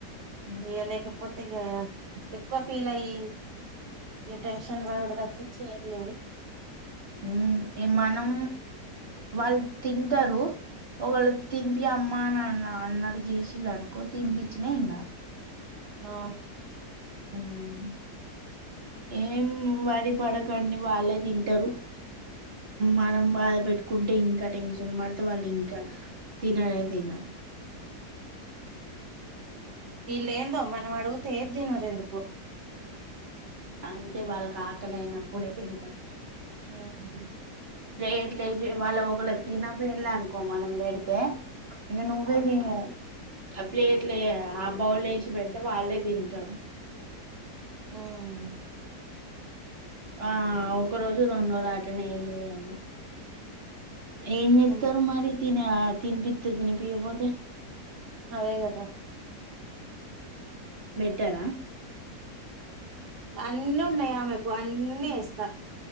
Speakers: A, on the right; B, on the right.
A: ఉమ్
B: ఏ లేకపోతే ఎక్కువ ఫీలయ్యి ఇగ టెన్షన్ బడుడు తప్పించి ఎమ్ లేదు.
A: మ్ మనం వాళ్ళు తింటరు ఒకళు తినిపూ అమ్మ అని అన్న అన్నట్ జేషిలాన్ కో దీనికి తి జి చిన్నఇంగా
B: ఆ
A: ఉమ్ ఏం వరి పడకండి వాళ్ళే తింటరు మనం బాధ పెట్టుకుంటే ఇంకా టెన్షన్ పడితే వాళ్ళు ఇంకా తిననే తినరు. <inaudible>
B: వీళ్ళ ఏందో మనం అడిగుతే ఏది తినరు ఎందుకో
A: అంతే వాళ్ళక్ ఆకనైనా అప్పుడే తింటరు
B: <inaudible>
A: ప్లేట్ల ఏషి వాళ్ళ ఒకళ తినపేళ్ళనుకో మనం పెడితే ఇక నువ్వే తిను ఆ ప్లేట్లు ఆ బౌల్ లేేచి పెడితే వాళ్ళే తింటరూ.
B: హ్మ్
A: ఆ ఒక రోజు రెండు రోజులు అట్లనే చేయనియాన్డి ఏం చేస్తరు
B: ఉమ్
A: మరి తినే తినిప్పితే తినిపియకపోతే
B: అదేగాద
A: ఇట్టారా
B: అన్ని ఉన్నాయామెకు అన్ని వేస్తా